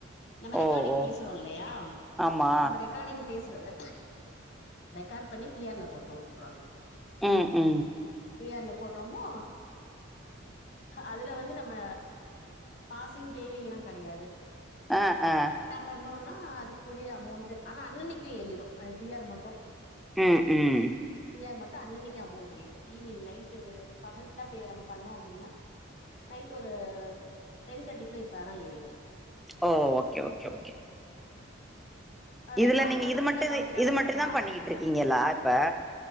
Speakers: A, on the left; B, in the centre.
A: நம்ம
B: ஓ
A: ரெக்கார்டிங்
B: ஓ
A: பேசுறோ இல்லயா
B: ஆமா
A: நம்ம ரெக்கார்டிங் பேசுறத ரெக்கார்ட் பண்ணி டி ஆர்ல போட்டுவுட்டுருவாங்க
B: அ அ
A: டி ஆர்ல போடுறோமோ அதுல வந்து நம்ம பாசிங் ஃபெய்லிங்லா கெடையாது
B: ஆ
A: நம்ம
B: ஆ
A: கரெக் டா பண்ணோனா அதுக்குரிய அமோண்ட் ஆனா அன்னன்னைக்கி ஏறிரு அது டி ஆர் மட்டு
B: ம் ம்
A: டி ஆர் மட்டு அன்னனைக்கி அமோண்ட் ஏறு ஈவ்னி்ங் நைட்டு பகல் ஃபுல்லா நம்ம பண்ணோ அப்டின்னா நைட்டு ஒரு டென் தேட்டிக்குள்ள எப்பனா ஏறிரு
B: ஓ ஓகே ஓகே ஓகே இதுல
A: ரெக்கார்டிங்
B: நீங்க
A: வந்து
B: இது
A: ஃபுல்லா
B: மட்டு
A: கம்ப்ளீட் ஆன
B: இது
A: பின்னாடிதா
B: மட்டு தா
A: ஆச்சு
B: பண்ணிக்கிட்டு இருக்கீங்களா இப்ப